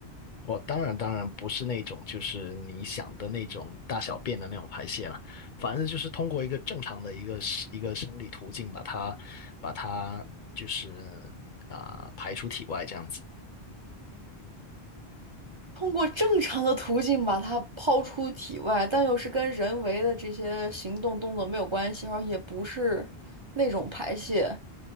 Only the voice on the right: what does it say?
通过正常的途径把它抛出体外，但又是跟人为的这些行动动作没有关系，而也不是那种排泄，